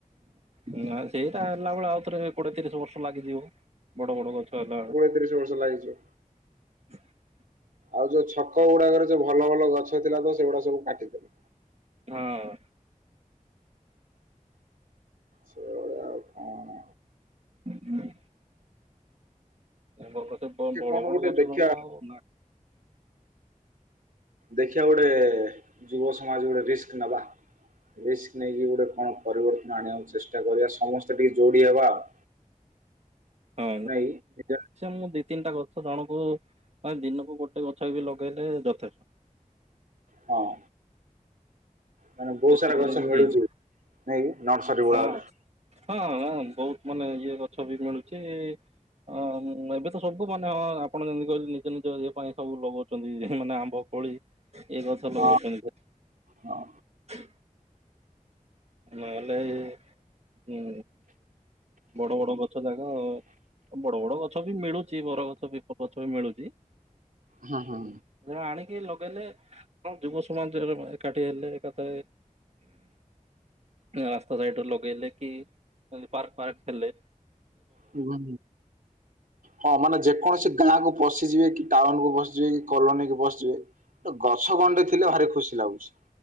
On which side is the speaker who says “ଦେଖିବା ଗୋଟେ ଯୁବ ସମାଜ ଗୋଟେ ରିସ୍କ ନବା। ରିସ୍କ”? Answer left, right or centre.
Right